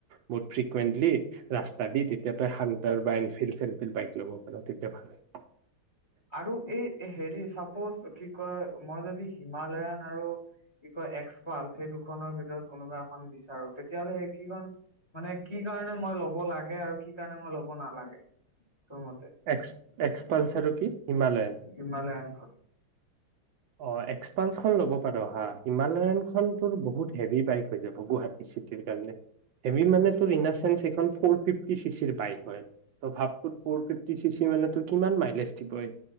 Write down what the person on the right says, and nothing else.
বহুত, ফ্ৰিকুৱেণ্টলি ৰাস্তা দি তেতিয়া হান্তাৰ বা এনফিলল্ড- চেনফিল্ড, বাইক ল'ব পাৰ তেতিয়া ভাল হয়।
এক্স - এক্সপালচ ৰকী হিমালয়ান,
অ', -এক্সপালখন ল'ব পাৰ হা', হিমালয়ানখন তোৰ বহুত হেভি বাইক হৈ যাব গুৱাহাটী চিটিৰ কাৰণে, হেভি মানে তোৰ ইন - দা - চেন্ঞ্চ এইেইখন ফ'ৰ -ফিফটি চি- চিৰ বাইক। হয় ভাগপুৰ ফৰফিপ, টি ', -চি -চি মানে তোৰ কিমান মাইলেজ দিবই,